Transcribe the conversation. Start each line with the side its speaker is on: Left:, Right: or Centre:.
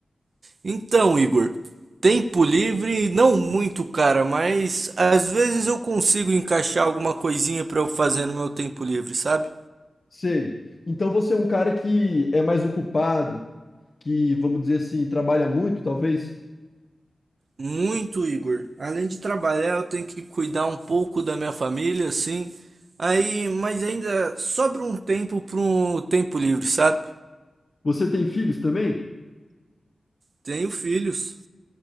Right: Então, Igor, tempo livre, não muito, cara, mas às vezes eu consigo encaixar alguma coisinha pra eu fazer no meu tempo livre, sabe?
Left: Sei. Então você é um cara que é mais ocupado, que, vamos dizer assim, trabalha muito, talvez?
Right: Muito, Igor. Além de trabalhar, eu tenho que cuidar um pouco da minha família, assim. Aí, mas ainda sobra um tempo para um tempo livre, sabe?
Left: Você tem filhos também?
Right: Tenho filhos.